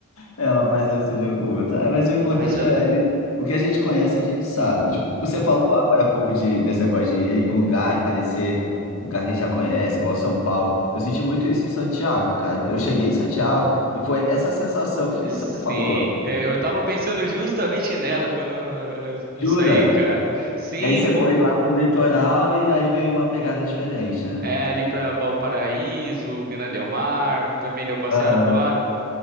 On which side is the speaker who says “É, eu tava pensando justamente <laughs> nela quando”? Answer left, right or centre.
Right